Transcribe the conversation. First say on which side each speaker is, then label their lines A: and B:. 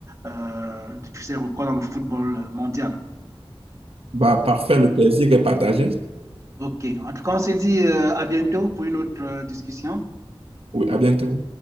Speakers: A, on the right (about 30°); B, on the right (about 85°).
A: euh, de tous ces records dans le football mondial.
B: Bah, parfait, le plaisir est partagé.
A: OK. En tout cas, on se dit euh, à bientôt pour une autre euh, discussion.
B: Oui, à bientôt.